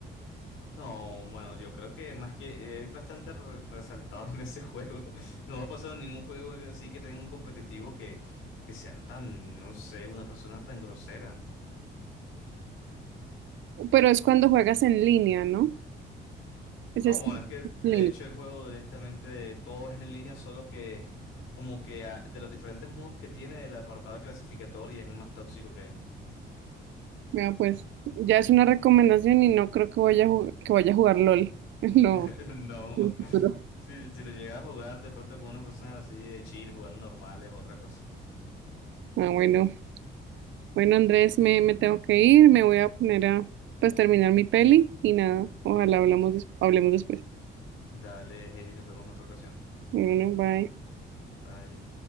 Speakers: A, on the left; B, on the right.
A: No, bueno, yo creo que más que es bastante re- resaltado <laughs> en ese juego. <laughs> No me ha pasado en ningún juego así que tenga un competitivo que, que sean tan, no sé, una persona tan grosera.
B: Pero es cuando juegas en línea, ¿no? Ese
A: No,
B: es
A: bueno,
B: en
A: es que de
B: línea.
A: hecho el juego directamente todo es en línea, solo que como que ah, de los diferentes modos que tiene el apartado clasificatorio es el más tóxico que hay.
B: Bueno, pues ya es una recomendación y no creo que vaya a ju- que vaya a jugar LOL. <laughs> No.
A: <laughs> No,
B: en el futuro.
A: si, si lo llegas a jugar de pronto con una persona así de chill, jugando normales, otra cosa.
B: Ah, bueno. Bueno, Andrés, me, me tengo que ir, me voy a poner a pues terminar mi peli y nada, ojalá hablamos des- hablemos después.
A: Dale, Heidi, nos vemos en otra ocasión.
B: Bueno, bye.
A: Bye.